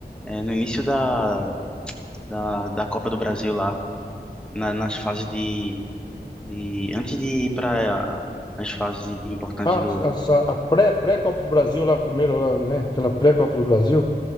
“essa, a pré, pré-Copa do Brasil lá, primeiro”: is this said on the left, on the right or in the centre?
Left